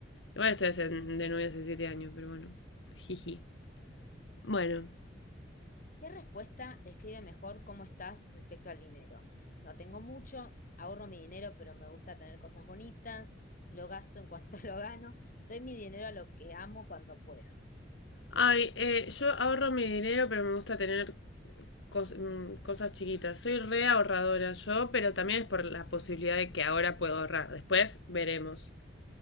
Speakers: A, on the left; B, on the left.
A: Igual estoy hace- de novia hace siete años, pero bueno. Jiji. Bueno.
B: ¿Qué respuesta describe mejor cómo estás respecto al dinero? No tengo mucho, ahorro mi dinero, pero me gusta tener cosas bonitas, lo gasto en cuanto <laughs> lo gano, doy mi dinero a lo que amo cuando puedo.
A: Ay, eh, yo ahorro mi dinero, pero me gusta tener cos- mm, cosas chiquitas. Soy re ahorradora yo, pero también es por la posibilidad de que ahora puedo ahorrar. Después veremos.